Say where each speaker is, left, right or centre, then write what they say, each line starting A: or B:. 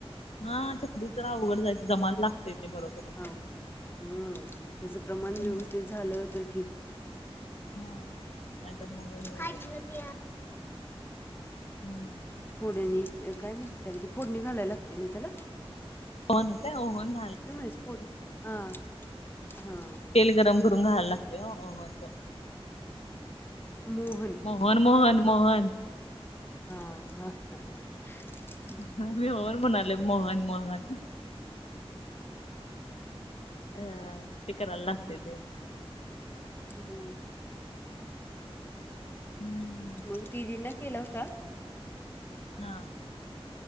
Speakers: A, on the left; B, on the left.
A: हा चकली जरा अवघड जाते. जमाला लागते ते बरोबर.
B: ह त्याच प्रमाण
A: हम्म
B: व्यवस्थित झालं तर ठीक
A: हा, नाहीतर मग हे होत
B: काढलं मी आ
A: हम्म.
B: फोडणी, काय म्हणते त्याला ते फोड नि घालायला लागते ना त्याला.
A: होनते <inaudible>
B: काय म्हणायचोट हा हा <unintelligible>
A: तेल गरम करुंग घालावं लागत ओ ओहन च.
B: म <unintelligible>
A: मोहन, मोहन, मोहन,
B: ह, हा, हा ह <unintelligible>
A: मम्ही <inaudible> होर म्हणाले मोहन मोहन अ <inaudible> ह ते करायला लागते ते
B: हम्.
A: हम्म
B: मग दिदींना केला होता.
A: हां.